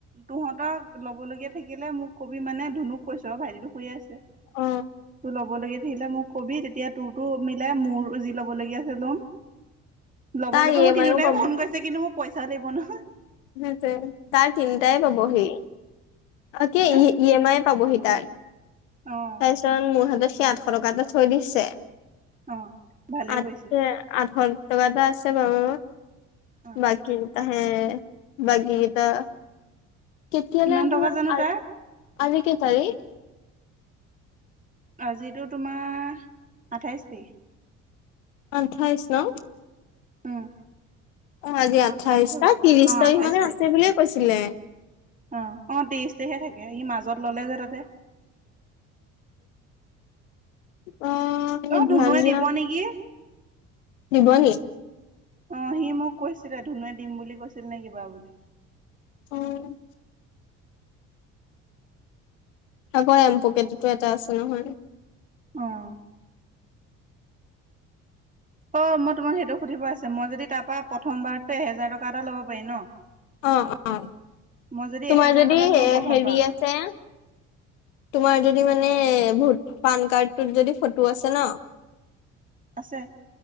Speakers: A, on the right; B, on the left.
A: তহঁতক ল'বলগীয়া থাকিলে মোক কবি মানে ধুনুক কৈছোঁ আৰু ভাইটিটো শুইয়ে আছে।
B: অ
A: তোৰ ল'ব লাগে আহিলে মোক কবি তেতিয়া তোৰতো মিলাই মোৰ জি ল'বলগীয়া আছে ল'ম। ল'বলেতো
B: তাৰ ই
A: মোৰ
B: এম
A: তিনোটাই
B: আইও পাব
A: মন গৈছে কিন্তু মোক পইচাও লাগিব নহয়।
B: তাকে, তাৰ তিনিটাই ল'বহি। অ' কি
A: হা
B: ই ই এম আই পাবহি তাৰ?
A: অ'।
B: তাৰিছত মোৰ হাতত সি আঠশ টকা এটা থৈ দিছে।
A: অ ভালে
B: আছে
A: কৰিছে
B: আৰু ধৰ ত' কথা আছে বাৰু
A: অ
B: বাকি তাহে বাকি কেইটা? কেতিয়ালে
A: কিমান
B: আহিব,
A: টকা জানো তাৰ
B: আজি কেই তাৰিখ?
A: আজিতো তোমাৰ আঠাইছ তাৰিখ।
B: আঠাইছ ন'?
A: উম।
B: অ' আজি আঠাইছ,
A: আঠাইশ হ'বলা
B: ত্ৰিশ
A: অ
B: তাৰিখ
A: আঠাইশ
B: মানে আছে বুলিয়ে কৈছিলে।
A: অ', অ' ত্ৰিশ তাৰিখে থাকে, ই মাজত ললে যে তাতে।
B: অ' এই
A: অ' ধুনুুৱে
B: ধ্যান দিয়া
A: দিব নেকি।
B: দিব নি?
A: অ' সি মোক কৈছিলে, ধুনুৱে দিম বুলি কৈছিল নে কিবা বুলি।
B: অ'। আকৌ এম পকেটতো এটা আছে নহয়।
A: অ'। অ' মই তোমাক সেইটো সুধিব আছে, মই যদি তাৰ পৰা প্ৰথমবাৰো এহেজাৰ টকা এটা ল'ব পাৰি ন'?
B: অ', অ'।
A: মই
B: তোমাৰ
A: এহেজাৰ
B: যদি
A: টকা লওঁ প্ৰথমবাৰ
B: হেৰি আছে তোমাৰ যদি মানে ভো পান কাৰ্ডটোত যদি ফটো আছে ন'
A: আছে।